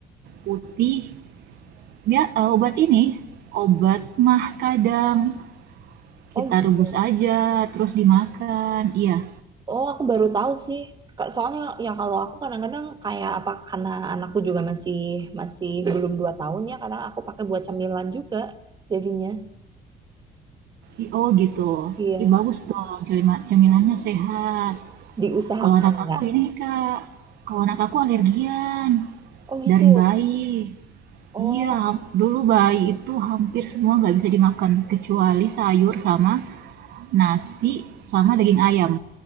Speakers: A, on the right; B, on the right.
A: putih. Dia eh, obat ini, obat mah kadang
B: Oh
A: kita
B: gitu.
A: rebus aja, terus dimakan. Iya,
B: Oh, aku baru tahu sih. Ka- Soalnya ya kalau aku kadang-kadang kayak apa karena anakku juga masih masih belum dua tahun ya, kadang aku pakai buat cemilan juga jadinya.
A: I- oh gitu.
B: Iya,
A: Ih, bagus dong, celima- cemilannya sehat.
B: diusahakan
A: Kalau anak
B: nggak?
A: aku ini, Kak, kalau anak aku alergian
B: Oh gitu.
A: dari bayi.
B: Oh,
A: Iya, ham- dulu bayi itu hampir semua nggak bisa dimakan, kecuali sayur sama nasi sama daging ayam.